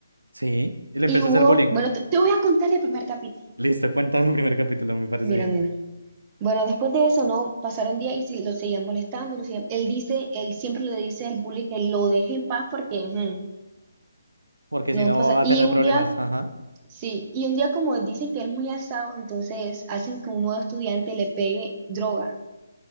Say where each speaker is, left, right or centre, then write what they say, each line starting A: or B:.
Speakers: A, on the right; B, on the right.
A: Sí. y le
B: Y
A: empezó
B: hubo,
A: a hacer bullying.
B: bueno, te, te voy a contar el primer capítulo.
A: Listo, cuéntame el primer capítulo, me parece
B: Mira,
A: bien.
B: mira. Bueno, después de eso, ¿no? Pasaron días y si- lo seguían molestando, lo seguían- Él dice, él siempre le dice al bully que lo deje en paz porque ujú,
A: Porque
B: No
A: si no
B: pasa.
A: va a
B: Y
A: tener
B: un
A: problemas.
B: día,
A: Ajá.
B: sí, y un día como dicen que él es muy alzado, entonces hacen que un nuevo estudiante le pegue droga